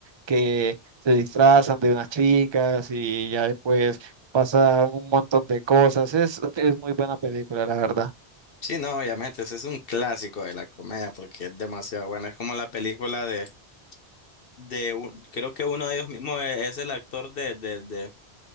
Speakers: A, on the right (about 30°); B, on the left (about 60°).
A: que se disfrazan de unas chicas y ya después pasa un montón de cosas. Es, es muy buena película, la verdad.
B: Sí, no, obviamente, ese es un clásico de la comedia porque es demasiado buena. Es como la película de, de un- creo que uno de ellos mismos es, es el actor de, de, de,